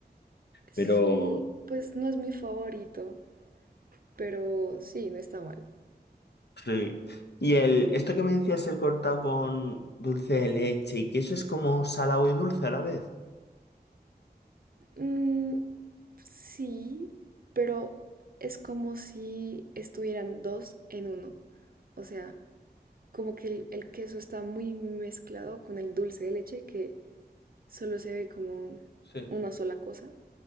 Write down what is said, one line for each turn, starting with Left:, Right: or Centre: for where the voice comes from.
Right: Sí,
Left: Pero
Right: pues no es mi favorito, pero sí, no está mal.
Left: Sí. Y el, esto que me decías, el cortado con dulce de leche y que eso es como salado y dulce a la vez.
Right: Mm, sí, pero es como si estuvieran dos en uno. O sea, como que el, el queso está muy mezclado con el dulce de leche que solo se ve como
Left: Sí,
Right: una sola cosa